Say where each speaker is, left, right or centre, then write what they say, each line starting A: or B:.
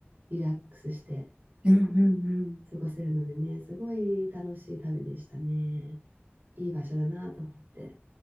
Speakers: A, on the right; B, on the right.
A: リラックスして
B: うん。うん。うん
A: 過ごせるのでね、すごい楽しい旅でしたね。いい場所だなと思って。